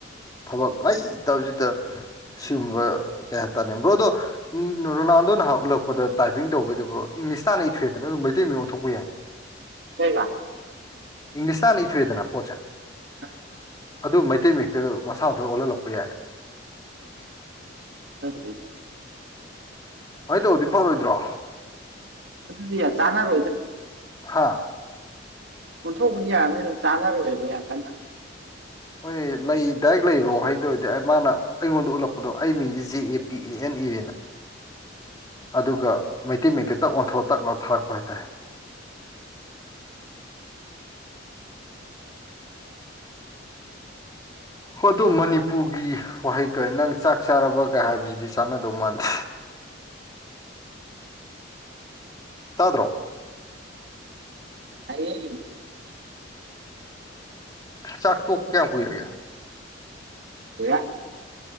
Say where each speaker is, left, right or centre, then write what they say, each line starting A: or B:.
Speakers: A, on the left (about 20°); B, on the right (about 65°).
A: ꯊꯕꯛ ꯂꯩꯇꯕꯁꯤꯗ ꯁꯤꯒꯨꯝꯕ ꯀꯩ ꯍꯥꯏꯇꯥꯔꯦ ꯕ꯭ꯔꯣ ꯑꯗꯣ ꯎꯝ ꯔꯣꯅꯥꯜꯗꯣꯅ ꯎꯠꯂꯛꯄꯗ ꯇꯥꯏꯄꯤꯡ ꯇꯧꯕꯩꯗꯨꯕꯣ ꯏꯪꯂꯤꯁ ꯇꯥꯟꯅ ꯏꯊꯨꯑꯦꯗꯅ ꯑꯗꯨꯝ ꯃꯩꯇꯩ ꯃꯌꯦꯛ ꯑꯣꯟꯊꯣꯛꯄ ꯌꯥꯏꯅꯤ
B: ꯂꯩꯩꯒ <inaudible>
A: ꯏꯪꯂꯤꯁꯇꯥ ꯍꯟꯅ ꯏꯊꯣꯏꯑꯦꯗ ꯄꯣꯠꯁꯦ
B: ꯑꯥ
A: ꯑꯗꯨ ꯃꯩꯇꯩ ꯃꯌꯦꯛꯇ ꯃꯥꯁꯥ ꯃꯊꯥꯟ ꯑꯣꯜꯍꯜꯂꯛꯄ ꯌꯥꯏ
B: ꯅꯡꯒꯤꯗꯤ <inaudible>
A: ꯑꯗꯨꯃꯥꯢ ꯇꯧꯔꯗꯤ ꯐꯥꯔꯣꯏꯗꯔꯣ
B: ꯑꯗꯨꯗꯤ ꯌꯥꯝ ꯆꯥꯟꯅꯔꯣꯏꯗ
A: ꯍꯥꯥ
B: ꯑꯣꯟꯊꯣꯛꯄꯗꯤ ꯌꯥꯅꯤ ꯑꯗꯨ ꯆꯥꯅꯔꯣꯏꯕ ꯌꯥꯝ ꯀꯟꯅ
A: ꯍꯣꯏ ꯂꯩ ꯗꯥꯏꯔꯦꯛ ꯂꯩꯕ꯭ꯔꯣ ꯍꯩꯗꯧꯔꯗꯤ ꯃꯥꯅ ꯑꯩꯉꯣꯟꯗ ꯎꯠꯂꯛꯄꯗꯣ ꯑꯩ ꯃꯤꯡꯗꯤ J A P A N ꯏꯔꯦꯅ ꯑꯗꯨꯒ ꯃꯩꯇꯩ ꯃꯩꯇꯩ ꯇꯛ ꯑꯣꯟꯊꯣꯛꯑ ꯇꯛꯅ ꯊꯥꯔꯛꯄ ꯍꯥꯏꯇꯥꯔꯦ ꯍꯣꯏ ꯑꯗꯨꯣ ꯃꯅꯤꯄꯨꯔꯒꯤ ꯋꯥꯍꯩꯒ ꯅꯪ ꯆꯥꯛ ꯆꯥꯔꯕꯒ ꯍꯥꯏꯕꯁꯤꯗꯤ ꯆꯥꯟꯅꯗꯧ ꯃꯥꯟꯗꯦ ꯇꯥꯗ꯭ꯔꯣ
B: ꯇꯥꯢꯌꯦ
A: ꯆꯥꯛ ꯇꯣꯛ ꯀꯌꯥꯝ ꯀꯨꯏꯔꯒꯦ
B: ꯀꯨꯏꯔꯦ